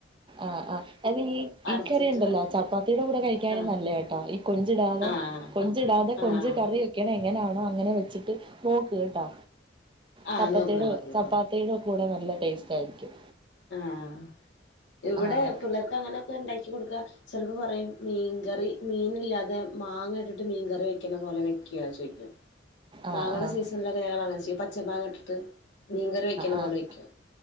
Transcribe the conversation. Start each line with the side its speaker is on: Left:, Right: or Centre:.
Right: ആഹ് ആഹ് അത് ഈ
Left: അരച്ചിട്ട്
Right: ഈ കറിയുണ്ടല്ലോ ചപ്പാത്തിയുടെ കൂടെ കഴിക്കാനും
Left: ആഹ്
Right: നല്ലയാട്ടാ ഈ കൊഞ്ചിടാതെ
Left: ആഹ്
Right: കൊഞ്ച് ഇടാതെ കൊഞ്ച്
Left: ആഹ്
Right: കറി വെ ക്കണ എങ്ങനാണോ അങ്ങനെ വെച്ചിട്ട് നോക്ക് കേട്ടാ
Left: ആഹ്
Right: ചപ്പത്തീടെ
Left: നോക്കണം നോക്കണം
Right: ചപ്പാ
Left: ആഹ്
Right: ത്തീടെ കൂടെ നല്ല ടേസ്റ്റ് ആയിരിക്കും
Left: ആഹ് അഹ് ഇവിടെ
Right: ആഹ്
Left: പിള്ളേർക്കങ്ങനൊക്കെ ഇണ്ടാക്കി ക്കി കൊടുക്ക ചിലപ്പോ പറയും മീൻകറി മീനില്ലാതെ മാങ്ങ ഇട്ടിട്ട് മീൻകറി വയ്ക്കണ പോലെ വയ് ക്ക ശരിക്കും
Right: ആഹ്
Left: മാങ്ങേട
Right: ആഹ്
Left: സീസണിലൊക്കെ ഞങ്ങളങ്ങനെ ചെയ്യും പച്ച മാങ്ങ ഇട്ടിട്ട് മീൻ കറി വയ്ക്കണ
Right: ആഹ്
Left: പോലെ വെക്കും